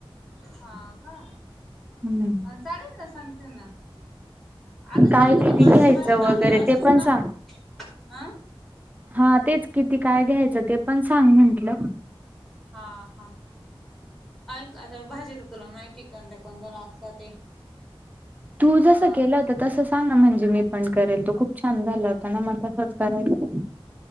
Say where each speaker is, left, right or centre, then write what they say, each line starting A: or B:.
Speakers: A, in the centre; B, on the right (about 15°).
A: हा का?
B: हम्म.
A: चालेल ना सांगते ना. आगता
B: काय
A: तुझे कधी
B: किती
A: बसमती
B: घ्यायचं
A: तांदव
B: वगैरे
A: असे
B: ते पण
A: ना
B: सांग
A: अं.
B: हा तेच किती काय घ्यायचं ते पण सांग म्हंटलं.
A: हा हा. ऐक आता भाजेेत तुला माहिती कोण कोणत लागतात ते
B: तू
A: अ
B: जस केलं. तर तसं सांग ना म्हणजे मी पण करेल तो खूप छान झाला होता ना म तसंच करायच.